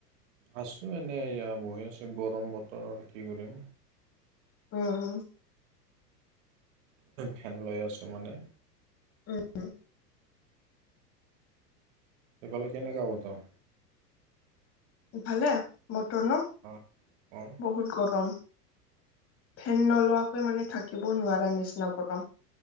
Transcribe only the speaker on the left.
উম, উম।
উম,
<unintelligible> বতৰ ন?
বহুত গৰম ফেন নলোৱাকৈ মানে থাকিবওঁ নোৱাৰা নিচিনা গৰম।